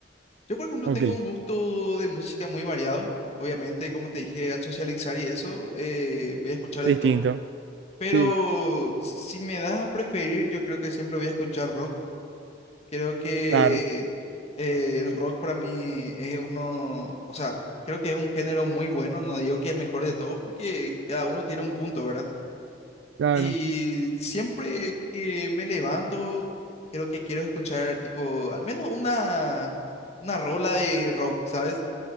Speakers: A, on the left; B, on the right.
A: Yo, por ejemplo,
B: Ok,
A: tengo un gusto de música muy variado. Obviamente, como te dije, al socializar y eso, eh, voy a escuchar
B: distinto.
A: de todo. Pero
B: Sí,
A: si me das a preferir, yo creo que siempre voy a escuchar rock. Creo que
B: claro,
A: eh, el rock para mí es uno, o sea, creo que es un género muy bueno, no digo que el mejor de todos porque cada uno tiene un punto, ¿verdad?
B: claro.
A: Y siempre que me levanto, creo que quiero escuchar tipo, al menos una, una rola de rock, ¿sabes?